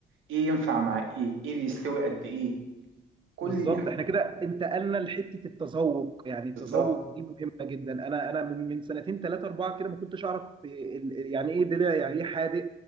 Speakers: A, on the right; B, on the right.
A: ايه ينفع مع ايه ايه بيستوي قد ايه كل
B: بالظبط
A: دي حاجات
B: احنا كده انتقلنا لحته التذوق يعني
A: بالظبط
B: التذوق دي مهمه جدا انا انا من من سنتين ثلاثه اربعه كده ما كنتش اعرف ال- ال- يعني ايه دلع يعني ايه حادق